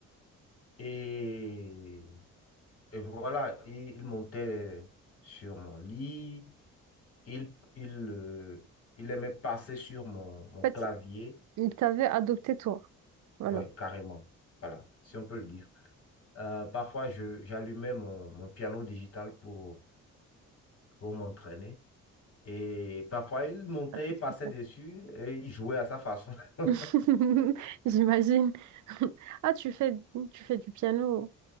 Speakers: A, on the left; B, on the right.
A: Et, et voilà, il, il montait sur mon lit. Il, il, euh, il aimait passer sur mon, mon
B: En fait,
A: clavier.
B: il t'avait adopté toi. Voilà.
A: Ouais, carrément. Voilà, si on peut le dire. Euh, parfois, je, j'allumais mon, mon piano digital pour, pour m'entraîner. Et parfois, il montait,
B: Ah, ça
A: il
B: se
A: passait dessus et il jouait à sa façon.
B: <laughs>
A: <laughs>
B: J'imagine. <laughs> Ah, tu fais, tu fais du piano.